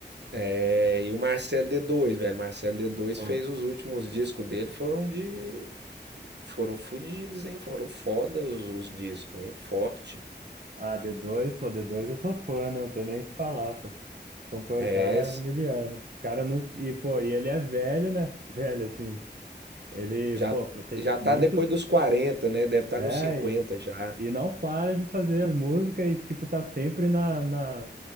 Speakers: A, on the right; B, on the right.
A: É, e o Marcelo d dois, velho, Marcelo d dois
B: Pô,
A: fez os últimos discos dele, foram de, foram fodidos, hein? Foram fodas os, os discos, hein? Forte.
B: ah, d dois, pô, D2 eu sou fã, né? não tem nem o que falar, pô. Compõe
A: É,
B: o cara miliano. O cara não. E, pô, e ele é velho, né? <laughs> Velho, assim. Ele,
A: Já
B: pô, tem
A: já tá
B: muito.
A: depois dos quarenta né? Deve estar
B: É,
A: nos 50
B: e,
A: já.
B: e não para de fazer as músicas e, tipo, tá sempre na, na.